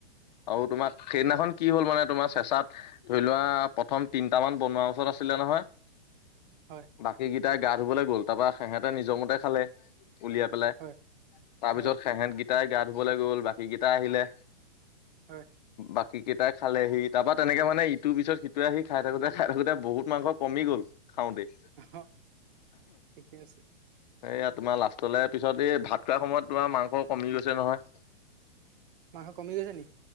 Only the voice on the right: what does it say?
হয়।
হয়।
হয়
হয়
উহু ঠিকে আছে।
মাংস কমি গৈছে নি?